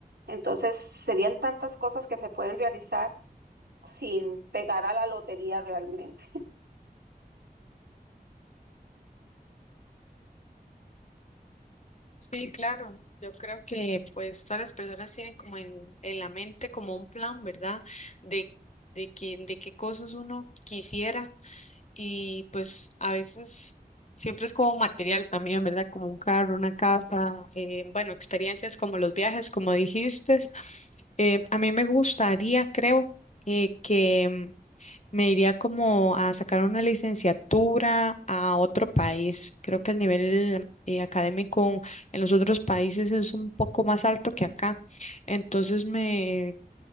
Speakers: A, on the right; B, on the left.
A: Entonces, serían tantas cosas que se pueden realizar sin pegar a la lotería realmente.
B: Sí, claro. Yo creo que pues todas las personas tienen como en, en la mente como un plan, ¿verdad? De, de que, de qué cosas uno quisiera y pues a veces siempre es como material también, ¿verdad? Como un carro, una casa, eh, bueno, experiencias como los viajes, como dijiste. Eh, a mí me gustaría, creo, eh, que me iría como a sacar una licenciatura a otro país. Creo que el nivel eh, académico en los otros países es un poco más alto que acá. Entonces me,